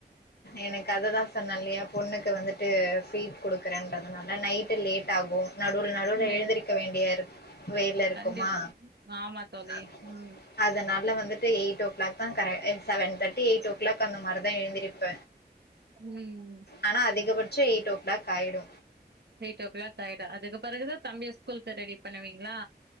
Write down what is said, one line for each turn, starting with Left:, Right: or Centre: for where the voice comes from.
Left: எனக்கு அததா சொன்ன இல்லயா பொண்ணுக்கு வந்துட்டு ஃபீட் குடுக்குறேன்றதுனால நைட்டு லேட் ஆகு நடுவுல நடுவுல
Right: இல்ல
Left: எழுந்திருக்க வேண்டிய இருக் வேல இருக்குமா
Right: கண்டி ஆமா தோழி
Left: அ
Right: ம்
Left: அதனால ள்ள வந்துட்டு எய்ட் ஓ க்ளாக் தா கர எ செவன் தேட்டி எய்ட் ஓ க்ளாக் அந்தமாரிதா எழுந்திரி ப
Right: ம்
Left: ஆனா அதிகபட்சோ
Right: ஓ
Left: எய்டோ க்ளாக்காயிடு
Right: எயிட் ஓ க்ளாக் ஆய் தா அதுக்கு பெறகுதா தம்பிய ஸ்கூலுக்கு ரெடி பண்ணுவீங்ளா